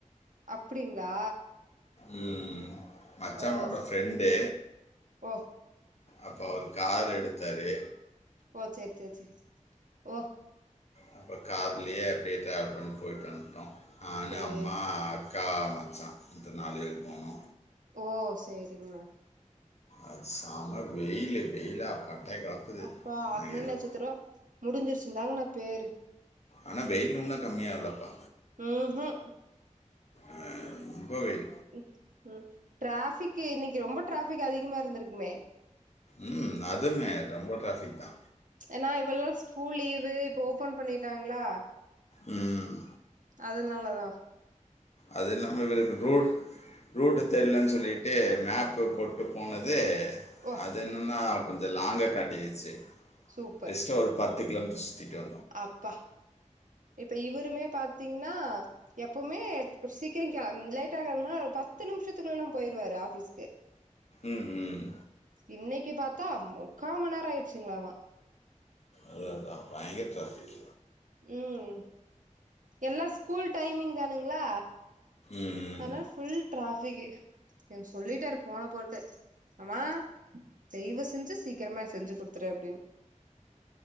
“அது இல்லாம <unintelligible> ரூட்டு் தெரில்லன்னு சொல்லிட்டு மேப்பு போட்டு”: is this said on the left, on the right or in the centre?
Left